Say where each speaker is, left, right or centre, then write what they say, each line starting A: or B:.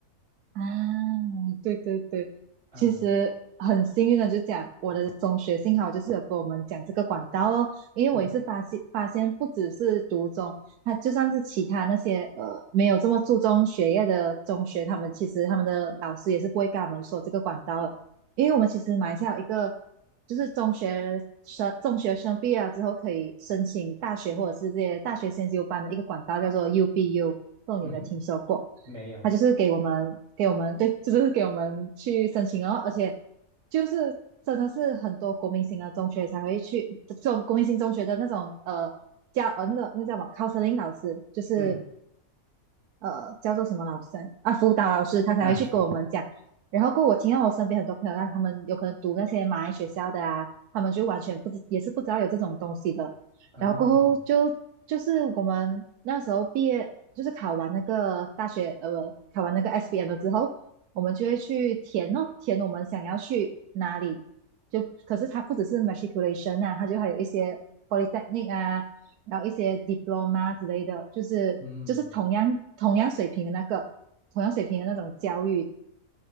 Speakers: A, on the right; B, on the right.
A: 啊，对对对，
B: 啊、
A: 其实很幸运的就讲我的中学幸好就是有跟我们讲这个管道哦，因为我也是发现发现不只是读中，
B: 嗯
A: 他就算是其他那些呃没有这么注重学业的中学，他们其实他们的老师也是不会跟他们说这个管道的因为我们其实马来西亚有一个就是中学生中学生毕业了之后可以申请大学或者是这些大学先修班的一个管道叫做 UBU，不懂你有没有听说过？
B: 嗯哼。没有，
A: 他就是给我们给我们对，就是给我们去申请哦，而且就是真的是很多国民型的中学才会去，这种国民型中学的那种呃教呃那个那个叫什么 counseling 老师，就是
B: 嗯，
A: 呃叫做什么老师啊，辅导老师，他才会去跟我们讲。
B: 啊，附
A: 然后过后我听到我身边很多朋友，让他们有可能读那些马来学校的啊，他们就完全不知也是不知道有这种东西的。
B: 嗯
A: 然后过后就就是我们那时候毕业，就是考完那个大学呃不考完那个 SBM 了之后，我们就会去填哦，填我们想要去哪里。就可是它不只是 matriculation 啊，它就还有一些 polytechnic 啊，然后一些 diploma 之类的，就是就是同样同样水平的那个同样水平的那种教育，
B: 嗯，